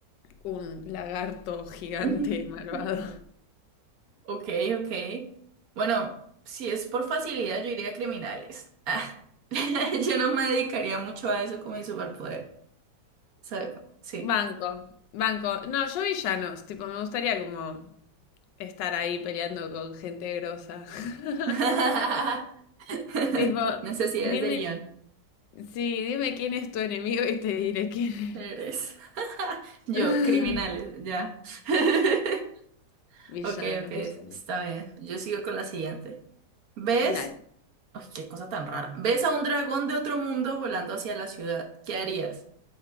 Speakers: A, on the left; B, on the right.
A: un lagarto gigante
B: Mm.
A: <laughs> malvado.
B: <laughs> Ok, ok. Bueno, si es por facilidad, yo iría a criminales. Ah, <laughs> yo no me dedicaría mucho a eso como mi superpoder. ¿Sabe cómo? Sí.
A: Banco, banco. No, yo villanos, tipo, me gustaría como estar ahí peleando con gente grosa. <laughs>
B: <laughs>
A: Tipo,
B: Necesidades
A: dime,
B: de guión.
A: sí, dime quién es tu enemigo y te diré quién
B: Eres. <laughs> Yo,
A: eres.
B: criminales,
A: <laughs>
B: ya. <laughs>
A: Villanos,
B: Ok, ok,
A: villanos.
B: está bien. Yo sigo con la siguiente. ¿Ves?
A: Dale.
B: Ay, qué cosa tan rara. ¿Ves a un dragón de otro mundo volando hacia la ciudad? ¿Qué harías?